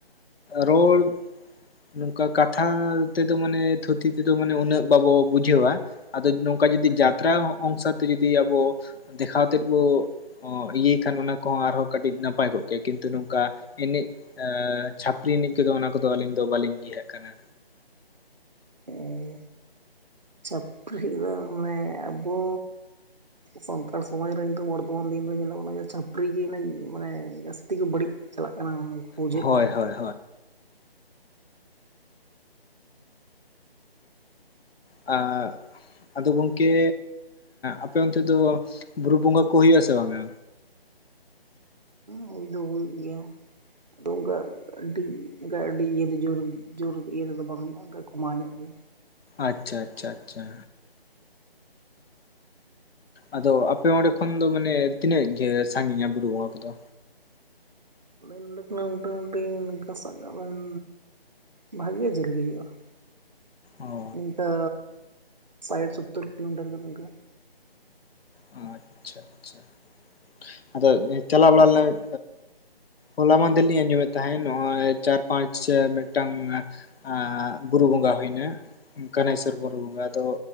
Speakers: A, on the left; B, on the right.
A: ᱨᱚᱲ ᱱᱚᱝᱠᱟ ᱠᱟᱛᱷᱟ ᱛᱮᱫᱚ ᱢᱟᱱᱮ ᱛᱷᱩᱛᱤ ᱛᱮᱫᱚ ᱢᱟᱱᱮ ᱩᱱᱟᱹᱜ ᱵᱟᱵᱚ ᱵᱩᱡᱷᱟᱹᱣᱟ᱾ ᱟᱫᱚ ᱱᱚᱝᱠᱟ ᱡᱚᱫᱤ ᱡᱟᱛᱨᱟ ᱚᱝᱥᱚ ᱛᱮ ᱡᱚᱫᱤ ᱟᱵᱚ ᱫᱮᱠᱷᱟᱣᱛᱮ ᱵᱚ᱾ ᱤᱭᱟᱹᱭ ᱠᱷᱟᱱ ᱚᱱᱟ ᱠᱚᱦᱚᱸ ᱟᱨᱦᱚᱸ ᱠᱟᱹᱴᱤᱡ ᱱᱟᱯᱟᱭ ᱠᱚᱜ ᱠᱮᱭᱟ ᱠᱤᱱᱛᱩ ᱱᱚᱝᱠᱟ ᱮᱱᱮᱡ᱾ ᱮᱸ ᱪᱷᱟᱹᱯᱨᱤ ᱮᱱᱮᱡ ᱠᱚᱫᱚ ᱚᱱᱟ ᱠᱚᱫᱚ ᱟᱹᱞᱤᱧ ᱫᱚ ᱵᱟᱹᱞᱤᱧ ᱤᱭᱟᱸ ᱦᱟᱸᱜ ᱠᱟᱱᱟ᱾
B: ᱦᱮᱸ ᱪᱷᱟᱹᱯᱨᱤ ᱫᱚ ᱢᱟᱱᱮ ᱟᱵᱚ ᱥᱟᱱᱛᱟᱲ ᱥᱚᱢᱟᱡᱽ ᱨᱮᱱ <inaudible> ᱵᱚᱱ ᱫᱤᱱ ᱫᱚ ᱧᱮᱞᱚᱜ ᱠᱟᱱᱟ ᱪᱷᱟᱹᱯᱨᱤ ᱜᱮ ᱢᱟᱱᱮ ᱡᱟᱹᱥᱛᱤ ᱜᱮ ᱵᱟᱹᱲᱤᱡ ᱪᱟᱞᱟᱜ ᱠᱟᱱᱟ ᱵᱩᱡᱷᱟᱹᱜ
A: ᱦᱳᱭ
B: ᱠᱟᱱᱟ᱾
A: ᱦᱳᱭ ᱦᱳᱭ ᱟ ᱟᱫᱚ ᱜᱚᱢᱠᱮ ᱟᱯᱮ ᱚᱱᱛᱮ ᱫᱚ ᱵᱩᱨᱩ ᱵᱚᱸᱜᱟ ᱠᱚ ᱦᱩᱭᱩᱜ-ᱟ ᱥᱮ ᱵᱟᱝᱼᱟ᱾
B: ᱦᱩᱭ ᱫᱚ ᱦᱩᱭᱩᱜ ᱜᱮᱭᱟ ᱟᱫᱚ ᱚᱱᱠᱟ ᱟᱹᱰᱤ ᱚᱱᱠᱟ ᱟᱹᱰᱤ ᱤᱭᱟᱹ ᱫᱚ ᱡᱳᱨ ᱡᱳᱨ ᱤᱭᱟᱹᱮᱫᱚ ᱵᱟᱝ ᱦᱩᱭᱩᱜᱼᱟ ᱚᱱᱠᱟ ᱠᱚᱢᱟᱣ ᱧᱚᱜ ᱜᱮ᱾
A: ᱟᱪᱪᱷᱟ ᱟᱪᱪᱷᱟ ᱟᱪᱪᱷᱟ ᱟᱫᱚ ᱟᱯᱮ ᱚᱸᱰᱮ ᱠᱷᱚᱱ ᱫᱚ ᱢᱟᱱᱮ ᱛᱤᱱᱟᱹᱜ ᱜᱮ ᱥᱟᱺ ᱜᱤᱧᱟ ᱵᱩᱨᱩ ᱵᱚᱸᱜᱟ ᱠᱚᱫᱚ᱾
B: ᱢᱮᱱ ᱞᱮᱠᱷᱟᱱ ᱢᱚᱴᱟᱢᱩᱴᱤ ᱤᱱᱠᱟᱹ ᱥᱟᱵ ᱠᱟᱜ ᱵᱤᱱ᱾ ᱵᱷᱟᱜᱮ ᱡᱷᱟᱹᱞ ᱜᱮ ᱦᱩᱭᱩᱜᱼᱟ ᱾
A: ᱚ
B: ᱤᱱᱠᱟᱹ, ᱥᱟᱰ ᱥᱳᱛᱛᱳᱨ ᱠᱤᱞᱚ ᱢᱤᱴᱟᱨ ᱜᱟᱱ ᱤᱱᱠᱟᱹ ᱾
A: ᱚ, ᱟᱪᱪᱷᱟ ᱟᱪᱪᱷᱟ ᱾ ᱟᱫᱚ ᱪᱟᱞᱟᱣ ᱵᱟᱲᱟ ᱞᱮᱱᱟ ᱵᱤᱱ ᱦᱚᱞᱟ ᱢᱟᱦᱫᱮᱨ ᱞᱤᱧ ᱟᱸᱡᱚᱢᱮᱫ ᱛᱟᱦᱮᱸᱫ, ᱱᱚᱜᱼᱚᱭ ᱪᱟᱨ ᱯᱟᱸᱪ ᱢᱤᱫᱴᱟᱝ ᱟᱸ, ᱵᱩᱨᱩ ᱵᱚᱸᱜᱟ ᱦᱩᱭ ᱮᱱᱟ ᱠᱟᱱᱟᱭᱥᱚᱨ ᱵᱩᱨᱩ ᱵᱚᱸᱜᱟ, ᱟᱫᱚ